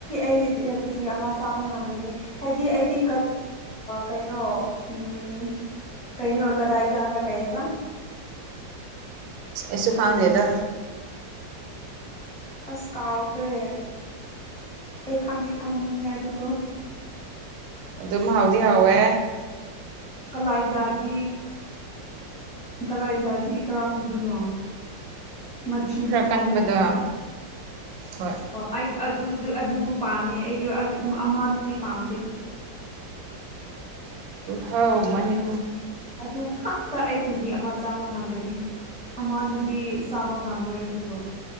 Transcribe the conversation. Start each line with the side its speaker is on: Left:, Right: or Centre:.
Centre: ꯑꯩ ꯀꯦꯖꯤ ꯑꯃ ꯆꯥꯕ ꯉꯝꯒꯅꯤ ꯍꯥꯏꯗꯤ ꯑꯩꯗꯤ ꯀꯩꯅꯣ ꯎꯝ ꯀꯩꯅꯩꯅ ꯀꯂꯏꯖꯒ ꯀꯩ ꯍꯥꯏꯦꯕ
Right: ꯏꯁꯨ ꯊꯥꯗꯗ
Centre: ꯑꯁ ꯀꯥꯎꯈ꯭ꯔꯦ ꯑꯩ ꯈꯪꯗꯤ ꯈꯪꯕꯅꯦ ꯑꯗꯨꯗꯣ
Right: ꯑꯗꯨꯗꯝ ꯍꯥꯎꯗꯤ ꯍꯥꯎꯦ
Centre: ꯀꯂꯥꯏꯖꯥꯖꯤ ꯀꯂꯥꯏꯖꯥꯖꯤ ꯀꯔ ꯑꯗꯨꯅ ꯃꯊꯤꯕꯨꯡ
Right: ꯈꯔ ꯀꯟꯕꯗꯣ
Centre: ꯌꯥꯎꯕꯗꯨꯔꯥ
Right: ꯍꯣꯏ
Centre: ꯑ ꯑꯗꯨꯗ ꯑꯗꯨꯗꯨ ꯄꯥꯝꯃꯦ ꯑꯩꯗꯤ ꯑꯃꯗꯨꯗꯤ ꯄꯥꯝꯗꯦ
Right: ꯍꯥꯎ ꯃꯅꯤ
Centre: ꯑꯗꯨ ꯐꯛꯇ ꯑꯩ ꯀꯦꯖꯤ ꯑꯃ ꯆꯥꯕ ꯉꯝꯒꯅꯤ ꯑꯃꯗꯨꯗꯤ ꯆꯥꯕ ꯉꯝꯔꯣꯏ ꯑꯗꯨꯕꯨ